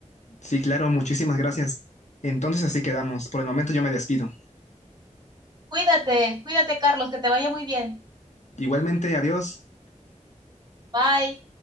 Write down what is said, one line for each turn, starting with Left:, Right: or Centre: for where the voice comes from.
Left: Sí, claro, muchísimas gracias. Entonces así quedamos. Por el momento yo me despido.
Right: Cuídate, cuídate Carlos, que te vaya muy bien.
Left: Igualmente, adiós.
Right: Bye.